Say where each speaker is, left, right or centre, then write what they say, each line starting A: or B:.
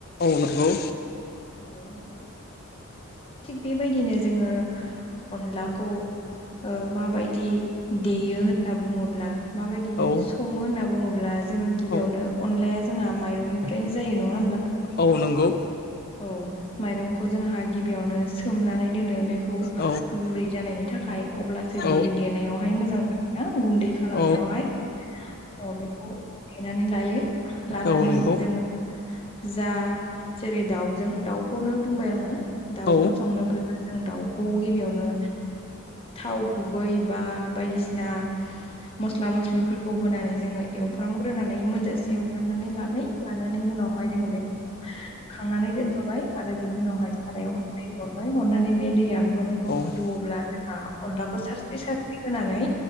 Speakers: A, on the left; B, on the left.
A: औ नंगौ
B: नंगौ नोंथां थिग बेबायदिनो जोंङो अनलाखौ माबायदि देयो होनना बुङोब्ला माबायदि
A: औ
B: संङो होनना बुङोब्ला जोंङो गिबियावनो
A: औ
B: अनलाया जोंना माइरंनिफ्रायनो जायो नङा होमब्ला
A: औ नंगौ
B: औ माइरंखौ जोंहा गिबियावनो सोमनानै दोनो बे खौ
A: औ
B: गुरै जानायनि थाखाय अब्लासो
A: औ
B: बियो देनायावहाय मोजां ज ना गुन्दै खालामनायावहाय
A: औ
B: अ बेखौ देनानै लायो। लानानै
A: औ नंगौ
B: जोंङो जा जेरै दाउजों दाउखौनो बुंबाय आंङो दाउजों
A: औ
B: संनो जों दाउखौ गिबियावनो थाव गुबै बा बायदिसिना मस्ला मस्लि फोर खौ होनानै जोंङो एवफ्रामग्रोनानै मोनजासे एवफ्रामनानै लाबाय लानानै उनावहाय जोंङो बे खांनानै दोनथ'बाय आरो बिनि उनावहाय सारायावहाय दै हरबाय हरनानै बे दैया ग्लब ग्लब
A: औ
B: गोदौओब्ला
A: औ
B: जोंहा अनलाखौ सार स्रि होनानै